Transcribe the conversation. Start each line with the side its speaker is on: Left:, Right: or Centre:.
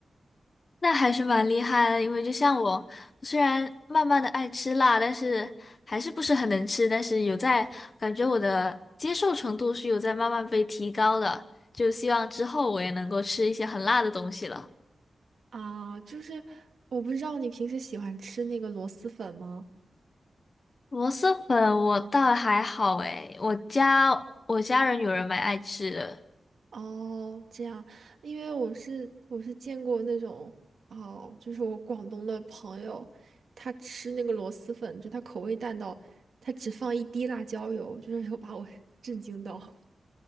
Left: <laughs> 那还是蛮厉害的。因为就像我，虽然慢慢的爱吃辣，但是还是不是很能吃，但是有在感觉我的接受程度是有在慢慢被提高的，就希望之后我也能够吃一些很辣的东西了。
Right: 啊，就是我不知道你平时喜欢吃那个螺蛳粉吗？
Left: 螺蛳粉我倒还好诶，我家我家人有人蛮爱吃的，
Right: 哦，这样，因为我是我是见过那种哦，就是我广东的朋友，他吃那个螺蛳粉，就他口味淡到他只放一滴辣椒油，就是有把我 <laughs> 震惊到。